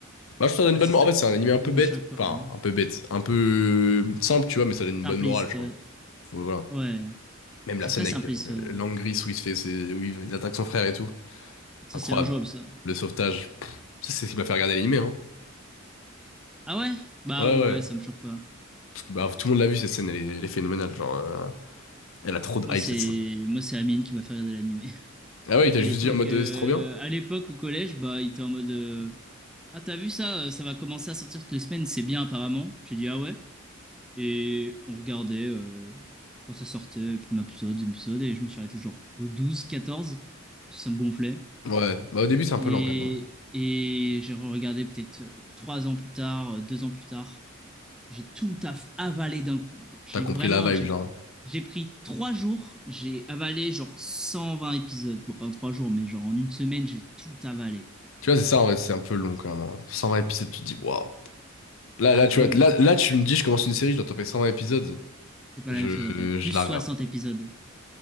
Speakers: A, on the left; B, in the centre.
A: Bah, je te donne
B: bah,
A: une bonne
B: c'est
A: morale.
B: ça que
A: En fait, c'est un animé un peu
B: je dis,
A: bête.
B: moi, à chaque fois.
A: Enfin,
B: ouais.
A: un peu bête. Un peu euh, simple, tu vois, mais ça donne une
B: Simpliste,
A: bonne morale, je crois.
B: ouais.
A: Ouais, voilà.
B: Ouais.
A: Même
B: C'est
A: la scène
B: très simpliste,
A: avec euh,
B: ouais.
A: Langris où il se fait, ses- où il attaque son frère et tout.
B: Ça,
A: Incroyable.
B: c'est injouable, ça.
A: Le sauvetage. Pff, ça, c'est ce qui m'a fait regarder l'animé, hein.
B: Ah ouais? Bah
A: Ouais,
B: ouais,
A: ouais.
B: ça me choque pas.
A: Bah, tout le monde l'a vu cette scène, elle est, elle est phénoménale. Genre, euh, elle a trop de
B: Moi,
A: hype
B: c'est
A: cette scène.
B: moi, c'est Amine qui m'a fait regarder l'animé. <laughs>
A: Ah ouais, il t'a
B: À
A: juste
B: l'époque,
A: dit en mode
B: euh,
A: euh, c'est trop bien?
B: à l'époque, au collège, bah, il était en mode euh, Ah, t'as vu ça? euh, Ça va commencer à sortir toutes les semaines, c'est bien, apparemment. J'ai dit Ah ouais? Et on regardait euh, quand ça sortait, premier épisode, deuxième épisode, et je me suis arrêté genre au douze quatorze tout ça me gonflait.
A: Ouais, bah au début c'est un
B: Et,
A: peu lent quand même. hein.
B: et j'ai regardé peut-être euh, trois ans plus tard, euh, deux ans plus tard. J'ai tout aff- avalé d'un coup. Genre, J'ai
A: T'as compris
B: vraiment,
A: la vibe,
B: j'ai,
A: genre.
B: j'ai pris trois jours, j'ai avalé genre 120 épisodes. Bon, pas en trois jours, mais genre en une semaine, j'ai tout avalé.
A: Tu vois, c'est ça en fait, c'est un peu long quand même. hein. 120 épisodes, tu te dis, waouh. Là,
B: Ah,
A: là, tu
B: quand
A: vois,
B: même,
A: là,
B: ouais.
A: là, tu me dis, je commence une série, je dois taper 120 épisodes.
B: c'est pas
A: Je,
B: la même chose après. Plus
A: je la
B: 60
A: rêve.
B: épisodes.